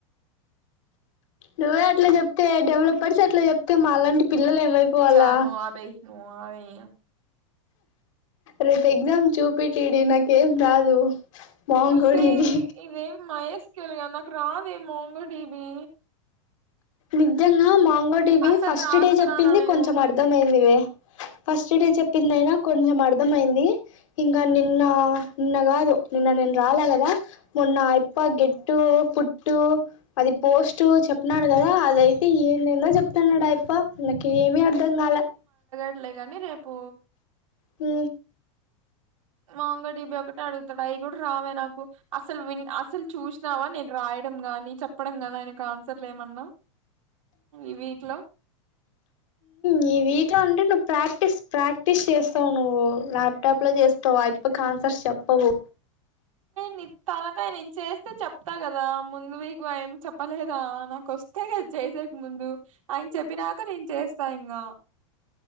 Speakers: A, on the left; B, on the right.
A: నువ్వే అట్లా చెప్తే డెవలపర్స్ అట్లా చెప్తే మాలాంటి పిల్లలు ఏమి ఆయిపోవాలా
B: చా నువ్వు ఆపేయ్ నువ్వు అగు ఇగ
A: రేపూ ఎక్సామ్ చూపి ఇట్డి నాకేం రాదు మోంగోడివి
B: ఒసేయ్ ఇదేమి మహేష్కెళగా నాకు రాదేమో మంగటివి
A: నిజంగా మాంగటివి
B: అసలు
A: ఫస్ట్
B: రాస్తన్నానా
A: డే చెప్పింది
B: నేను
A: కొంచెం అర్ధమయింది వే ఫస్ట్ డ చెప్పిందయినా కొంచెం అర్థమయింది. ఇంకా నిన్న నిన్న కాదు నిన్న నే రా అల గాదా మొన్న ఇప్ప గేట్టు పుట్టు అ పోస్ట్ చెప్ అంటున్నాడు కదా అదైతే ఏంది ఏందో చెప్తున్నాడు అయిపో నాకు ఏమి అర్ధం కాలే
B: అట్లే గాని రేపు
A: హ్
B: మాంగడిబి ఒకటి అడుగుతాడు అవి కూడా రావే నాకు అసలు వి అసలు చూసినావా నేను రాయడం నాని చెప్పడం గాని ఆయనకు ఆన్సర్లు ఏమన్నా ఇవి ఇట్ల
A: నీ వీక్లో అంటే నువ్వు ప్రాక్టీస్ ప్రాక్టీస్ చేస్తావు నువ్వు ల్యా లాప్ టాప్ లో చేస్తావా ఇప్ ఆన్సర్ చెప్పవు
B: ని తాలకాయ నేను చేస్తే చెప్తా కదా ముందు వీక్ ఏం చెప్పలేదా నాకు వస్తే కదా చేసేకి ముందు ఆయన చెప్పినాక నేను చేస్తా ఇంగా